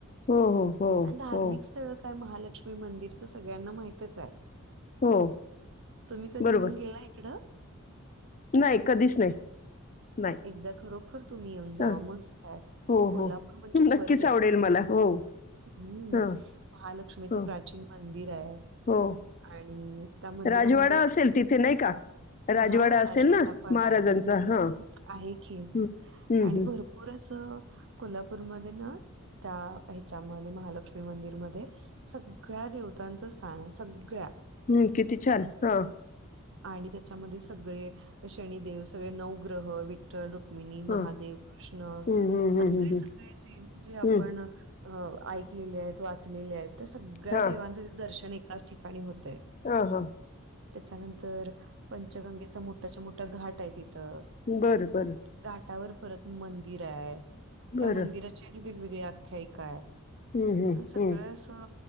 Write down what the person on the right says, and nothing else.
आणि धार्मिक
स्थळ काय महालक्ष्मी मंदिर तर सगळ्यांना माहितच आहे.
तुम्ही कधी
येऊन गेला इकडं.
एकदा खरोखर तुम्ही येऊन जावा
मस्त आहे.
कोल्हापूर
म्हणजे
स्वर्ग आहे
हम्म
महालक्ष्मीच
प्रा प्रचिन मंदिर आहे.
आणि. त्या मंदिरामध्ये
हा
राजवाडा
पण
आहे. हं,
आहे हे
आणि
भरपूर असं कोल्हापूरमध्ये ना. त्या ह्याच्यामध्ये महालक्ष्मी मंदिरमध्ये सगळ्या देवतांचं स्थान आहे सगळ्या.
आणि त्याच्यामध्ये सगळे शनिदेव सगळे नवग्रह विठ ् रुक्मिणी
महादेव कृष्ण
सगळे
सगळे जे जे
आपण. अ ऐकलेले आहेत वाचलेले आहेत त्या सगळ्या
देवांचं दर्शन एकाच ठिकाणी होतय.
त्याच्यानंतर पंचगंगेचा मोठ्याच्या मोठा घाट आहे तिथं.
घाटावर परत मंदिर आहे
त्या मंदिराची आणि वेगवेगळी आख्यायिका आहे.
सकाळ
अस